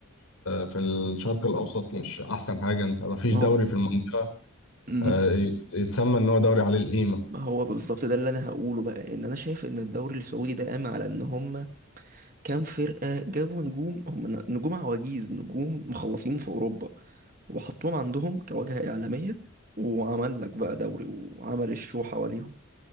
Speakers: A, on the left; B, on the right.
A: في الشرق الاوسط مش احسن حاجة انت مفيش
B: ما
A: دوري
B: هو
A: في المنطقة
B: مم.
A: آه، يت- يتسمى ان هو دوري عليه القيمه
B: ما هو بالظبط ده اللي انا هقوله بقى ان انا شايف ان الدوري السعودي ده قام على ان هم كام فرقة جابوا نجوم هم ن- نجوم عواجيز نجوم مخلصين في اوروبا وحطوهم عندهم كواجهة اعلامية وعمل لك بقى دوري وعمل الشو حواليهم